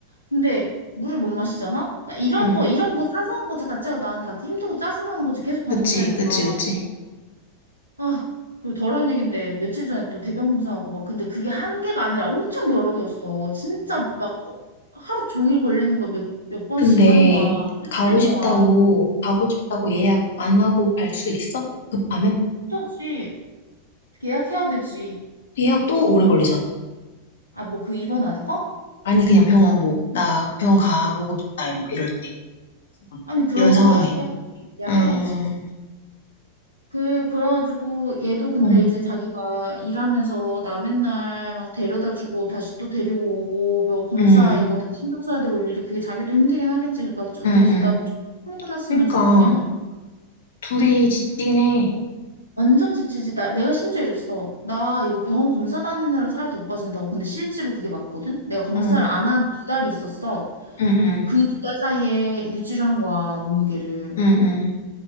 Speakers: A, on the left; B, on the left.
A: 근데 물을 못 마시잖아? 그러니까 이런
B: 응.
A: 거, 이런 거 사소한 거 자체가 나는 다 힘들고 짜증나는 거지. 계속 반복되니까.
B: 그치, 그치, 그치.
A: 아, 그 더러운 얘긴데 며칠 전에 또 대변 검사하고 막 근데 그게 한 개가 아니라 엄청 여러 개였어. 진짜 막 어, 하루 종일 걸리는 거 몇, 몇 번씩
B: 근데
A: 하는 거야. 일주일
B: 가고 싶다고,
A: 동안.
B: 가고 싶다고 예약 안 하고 갈 수 있어? 급하면?
A: 그렇지. 예약해야 되지.
B: 예약 또 오래 걸리잖아.
A: 아, 뭐 그 입원하는 거?
B: 아니, 그냥 병원 뭐, 나 병원 가보고 싶다, 이런 거, 이럴 때. 지금.
A: 아니, 그런
B: 이런 상황에.
A: 건 예약해야지. 예약해야지.
B: 음.
A: 그, 그래가지고 얘도 근데
B: 응,
A: 이제 자기가 일하면서 나 맨날 막 데려다 주고 다시 또 데리고 오고 뭐 검사
B: 응,
A: 이거 다 신경 써야 되고 일일이 그게 자기도 힘들긴 하겠지. 그러니까 우리
B: 응,
A: 둘
B: 응.
A: 다 빨리 끝났으면
B: 그러니까
A: 좋겠긴 해.
B: 둘이 지치긴 해.
A: 완전 지치지. 나, 내가 심지어 이랬어. 나 이거 병원 검사 다니느라 살이 더 빠진다고. 근데 실제로 그게 맞거든? 내가 검사를
B: 응,
A: 안 한 두 달이 있었어.
B: 응, 응,
A: 그 두 달 사이에 유지를 한 거야, 몸무게를.
B: 응,